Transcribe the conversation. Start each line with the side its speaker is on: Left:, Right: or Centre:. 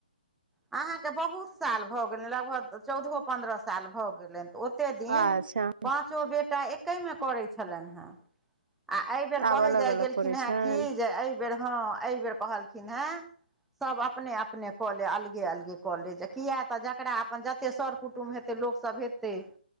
Centre: अहाँके बहुत साल भऽ गेलनि लगभग चौदहो पन्द्रह साल भऽ गेलनि ओतेक दिन
Right: अच्छा
Centre: पाँचो बेटा एक मे करै छलनि हेँ आ ए बेर
Right: आब
Centre: कहे
Right: अलग
Centre: जाय
Right: अलग
Centre: गेलखिन
Right: करै
Centre: हे
Right: छनि
Centre: की जे अ बेर हँ एहि बेर कहलखिन है सब अपने अपने कऽ ले अलगे अलगे अलगे क ले किया तऽ जकरा अपन जते सर कुटुम्ब हेतै लोक सब हेतै